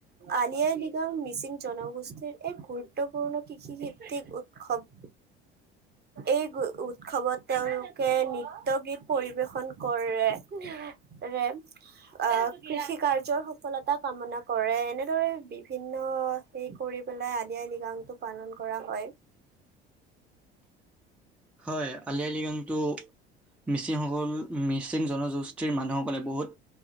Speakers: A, on the right; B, in the centre.
A: আলি আই লৃগাং মিচিং জনগোষ্ঠীৰ এক গুৰুত্বপূৰ্ণ কৃষিভিত্তিক উৎসৱ এই উৎসৱত তেওঁলোকে নৃত্য গীত পৰিৱেশন কৰে আহ কৃষি কাৰ্যৰ সফলতা কামনা কৰে এনেদৰে বিভিন্ন হে কৰি পেলাই আলি আই লৃগাংটো পালন কৰা হয়
B: হয় আলি আই লৃগাংটো মিচিংসকল মিচিং জনগোষ্ঠীৰ মানুহসকলে বহুত